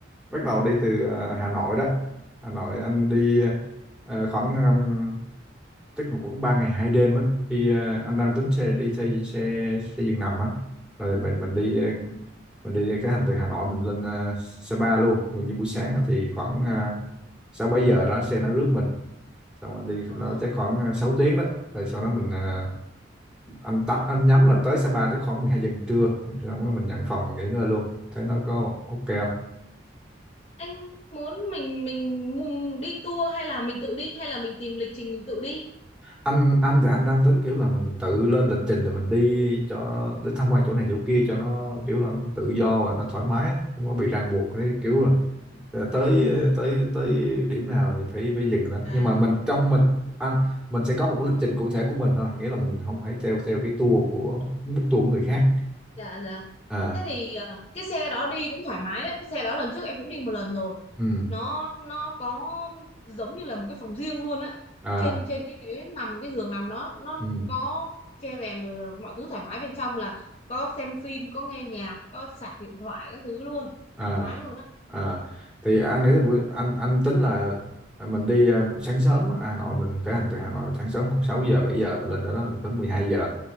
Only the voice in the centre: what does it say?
bắt đầu đi từ ờ, Hà Nội đó. Hà Nội anh đi ờ, khoảng um, chắc là khoảng 3 ngày 2 đêm á. Đi ờ, anh đang tính xe đi xe xe xe giường nằm á. Rồi mình mình đi ờ, mình đi khởi hành từ Hà Nội mình lên ờ, Sapa luôn. Ví dụ như buổi sáng á thì khoảng ờ, sáu bảy giờ đó xe nó rước mình xong rồi đi
nó chắc khoảng ờ, sáu tiếng đó rồi sau đó mình à, anh tắm anh nhắm là tới Sapa tới khoảng 12 giờ trưa xong rồi mình nhận phòng mình nghỉ ngơi luôn thấy nó có ok không
anh anh thì anh đang tính kiểu là mình tự lên lịch trình rồi mình đi cho để tham quan chỗ này chỗ kia cho nó kiểu là nó tự do và nó thoải mái á, không có bị ràng buộc cái kiểu là ờ, tới tới tới điểm nào thì phải phải dừng đó
nhưng mà mình trong mình anh mình sẽ có một cái lịch trình cụ thể của mình thôi nghĩa là mình không phải theo theo cái tour của book tour của người khác
à
ừ
à
ừ
à
à thì anh nghĩ là buổi anh anh tính là mình đi à, sáng sớm á, Hà Nội mình khởi hành từ Hà Nội sáng sớm khoảng 6 giờ 7 giờ mình lên đó đó tới 12 giờ